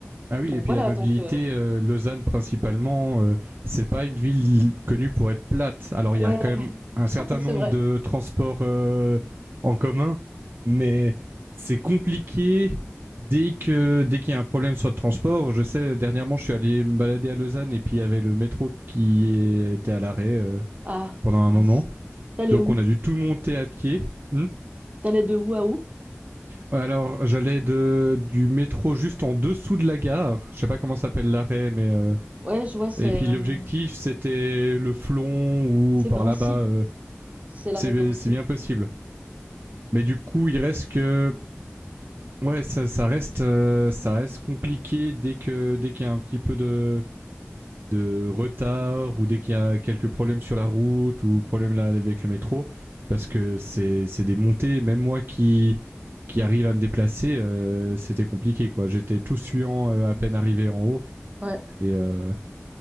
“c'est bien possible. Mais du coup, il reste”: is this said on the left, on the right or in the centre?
Right